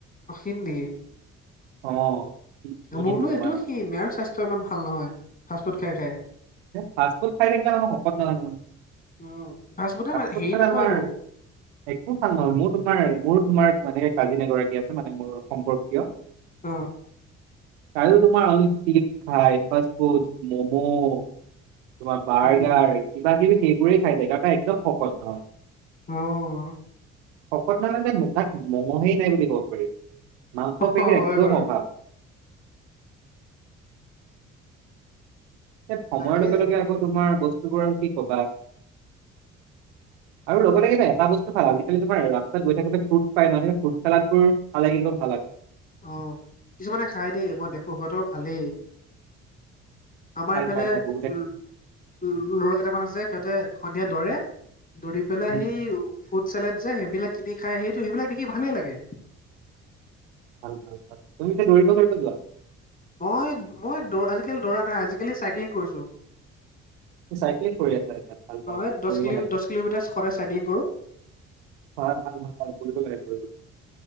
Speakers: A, on the left (about 25°); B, on the right (about 85°).
A: ক্ষীণ নেকি?
B: অ', সি ক্ষীণ
A: আমাৰতো
B: তোমাৰ।
A: এইটো ক্ষীণ আৰু স্বাস্থ্য ইমান ভাল নহয়, ফাষ্টফুড খাই-খাই।
B: ফাষ্টফুড খাই থাকিলে মানুহ শকত নহয়-নহয়, মানে
A: উম ফাষ্ট ফুডে
B: ফাষ্টফুড
A: মানে হেৰি
B: খালে
A: নকৰেতো
B: আমাৰ একো ভাল নহয় মোৰ তোমাৰ মোৰো তোমাৰ মানে কাজিন এগৰাকী আছে, মানে মোৰ সম্পৰ্কীয়।
A: উম,
B: তাইও তোমাৰ আনলিমিটেড খায়। Fast food, momo. তোমাৰ বাৰ্গাৰ
A: উম
B: কিবা কিবি সেইবোৰে খাই থাকে তাৰমানে একদম শকত নহয়।
A: অ',
B: শকত নহয় যে মুখত মাংহেই নাই বুলি ক'ব পাৰি, মাংস
A: হয়
B: পেশী একদম
A: বাৰু
B: অভাৱ। এ সময়ৰ
A: তাকে
B: লগে-লগে আকৌ তোমাৰ বস্তুবোৰ আৰু কি কবা? আৰু লগতে কি জানে এটা বস্তু ভাল আজিকালি তোমাৰ ৰাস্তাত গৈ থাকোঁতে ফ্ৰুট পাই মানে ফ্ৰুট চালাত বোৰ খালে কিন্তু ভাল লাগে।
A: অ, কিছুমানে খাই দেই মই দেখোঁ সিহঁতৰ ভালেই। আমাৰ
B: খাই
A: ইফালে
B: খাই খাই বহুতে
A: লৰা
B: খাই।
A: কেইটামান আছে সিহঁতে সন্ধিয়া দৌৰে। দৌৰি পেলাই
B: উম,
A: সেই ফুড চালড যে সেইবিলাক কিনি খাই, সেইটো সেইবিলাক দেখি ভালেই লাগে।
B: ভাল-ভাল-ভাল তুমি যে দৌৰি-চৌৰিব যোৱা।
A: মই-মই, দৌ আজিকালি দৌৰা নাই, আজিকালি চাইক্লিং কৰিছোঁ। অ,
B: চাইক্লিং কৰি আছা এতিয়া ভাল ভাল
A: এই
B: কৰিব
A: দছ কিলো
B: লাগে।
A: দছ কিলোমিটাৰ সদায় চাইক্লিং কৰোঁ।
B: ভাল-ভাল-ভাল-ভাল কৰিব লাগে, কৰিব লাগে।